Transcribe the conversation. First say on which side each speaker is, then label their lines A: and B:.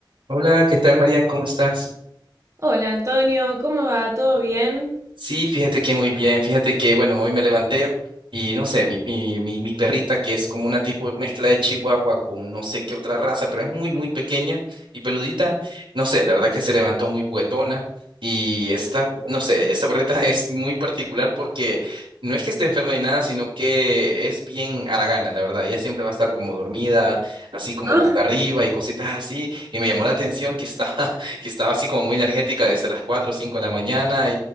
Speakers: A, on the right; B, on the right.
A: Hola, ¿qué tal, Marian? ¿Cómo estás?
B: Hola Antonio, ¿cómo va? ¿Todo bien?
A: Sí, fíjate que muy bien, fíjate que, bueno, hoy me levanté y no sé, mi, mi, mi, mi perrita que es como una tipo mezcla de chihuahua con no sé qué otra raza, pero es muy, muy pequeña y peludita, no sé, la verdad que se levantó muy juguetona y esta, no sé, esta perrita <laughs> es muy particular porque no es que esté enferma ni nada, sino que es bien haragana, la verdad, ella siempre va a estar como dormida, así como
B: Ah,
A: boca arriba y cositas así, y me llamó la atención que estaba, <laughs> que estaba así como muy energética desde las 4 o 5 de la mañana